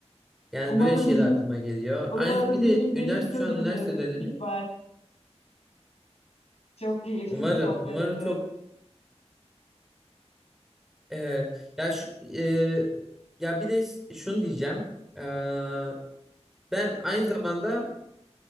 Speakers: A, in the centre; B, on the left.
A: Yani
B: Umarım
A: böyle şeyler
B: bir gün,
A: aklıma geliyor.
B: umarım
A: Aynı bir de
B: bir gün birlikte
A: üniversite şu
B: de
A: an
B: gideriz
A: üniversite dönemi.
B: İkbal. Çok keyifli
A: Umarım
B: bir sohbetti.
A: umarım çok e, ya şu, e, ya bir de şunu diyeceğim. Ee, ben aynı zamanda